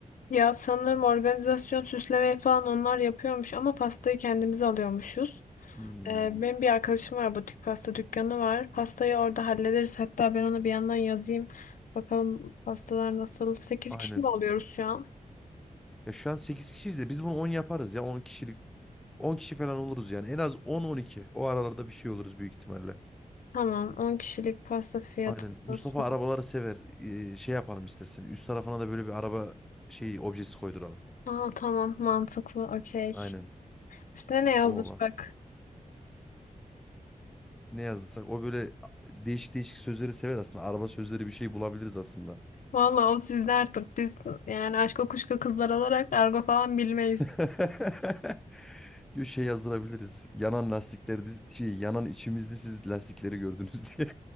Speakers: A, on the left; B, in the centre.
A: Ya sanırım organizasyon süslemeyi falan onlar yapıyormuş ama pastayı kendimiz alıyormuşuz.
B: Hmm,
A: Ee, benim bir arkadaşım var butik pasta dükkanı var. Pastayı orada hallederiz. Hatta ben ona bir yandan yazayım. Bakalım pastalar nasıl? 8
B: aynen.
A: kişi mi oluyoruz şu an?
B: Ya şu an 8 kişiyiz de biz bunu 10 yaparız ya 10 kişilik 10 kişi falan oluruz yani. En az 10-12. O aralarda bir şey oluruz büyük ihtimalle.
A: Tamam. 10 kişilik pasta fiyatı.
B: Aynen. Mustafa
A: nasıl?
B: arabaları sever. Ee, şey yapalım istersen. Üst tarafına da böyle bir araba şey objesi koyduralım.
A: Aa, tamam mantıklı. Okey.
B: Aynen.
A: Üstüne ne yazdırsak?
B: O olan. Ne yazdıysak o böyle değişik değişik sözleri sever aslında. Araba sözleri bir şey bulabiliriz aslında.
A: Vallahi o sizde artık. Biz yani aşk kuşka kızlar olarak argo falan bilmeyiz.
B: <laughs> Yo, Şey yazdırabiliriz. Yanan lastiklerde şey yanan içimizde siz lastikleri gördünüz diye.